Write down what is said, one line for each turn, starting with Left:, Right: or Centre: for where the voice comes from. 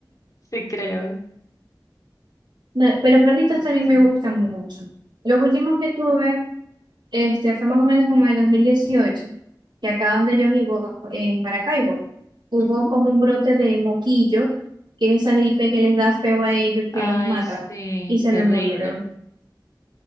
Left: Sí, creo.
Right: No, pero perritos también
Left: <clears throat>
Right: me gustan mucho. Los últimos que tuve Este, fue más o menos como en el 2018 que acá donde yo vivo, en Maracaibo, hubo
Left: Ujú.
Right: como un brote de moquillo, que es esa gripe que les da feo a ellos,
Left: Ay,
Right: que los mata,
Left: sí,
Right: y se
Left: terrible.
Right: me murieron